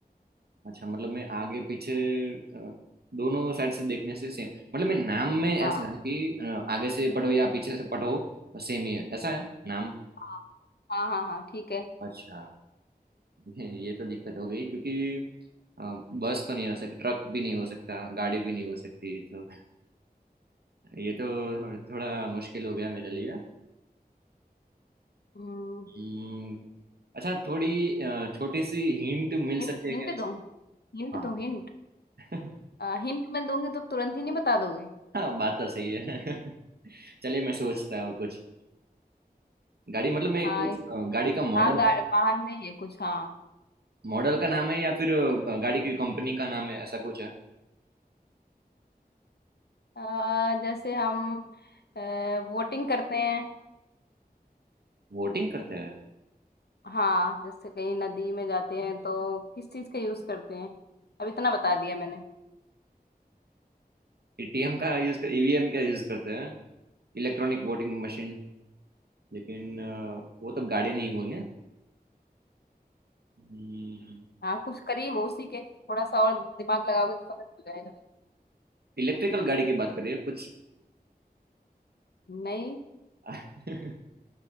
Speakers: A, on the right; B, on the left.
A: अच्छा मतलब मैं आगे पीछे अ, दोनों साइड से देखने से सेम मतलब मैं नाम में
B: हाँ
A: ऐसा है कि अ, आगे से पढ़ो या पीछे से पढ़ो सेम ही है ऐसा है नाम
B: हाँ हाँ हाँ हाँ ठीक है
A: अच्छा ये ये तो दिक्कत हो गई क्योंकि अ, बस तो नहीं हो सकती ट्रक भी नहीं हो सकता गाड़ी भी नहीं हो सकती तो ये तो थोड़ा मुश्किल हो गया मेरे लिए
B: हिंट
A: हम्म, अच्छा थोड़ी अ, छोटी सी हिंट मिल
B: हिंट
A: सकती है क्या इस-
B: दूँ हिंट
A: हाँ
B: दूँ हिंट
A: <laughs>
B: हिंट मैं दूंगी तो तुरंत ही नहीं बता दोगे
A: हाँ बात तो सही है <laughs> चलिए मैं सोचता हूँ कुछ गाड़ी मतलब मैं
B: हाँ
A: कुछ
B: इस
A: अ, गाड़ी का मॉडल
B: हाँ गा- वाहन में ये कुछ हाँ
A: मॉडल का नाम है या फिर अ, गाड़ी की कंपनी का नाम है ऐसा कुछ है
B: अ, जैसे हम वोटिंग करते हैं
A: वोटिंग करते हैं
B: हाँ जैसे कहीं नदी में जाते हैं तो किस चीज का यूज करते हैं अब इतना बता दिया मैंने
A: ईटीएम का यूज कर ईवीएम का यूज करते हैं Electronic voting machine लेकिन अ, वो तो गाड़ी नहीं वो ना हम्म,
B: हाँ कुछ करीब हो उसी के थोड़ा सा और दिमाग लगाओगे तो समझ हो जाएगा
A: इलेक्ट्रिकल गाड़ी की बात कर रही है कुछ
B: नहीं
A: <laughs>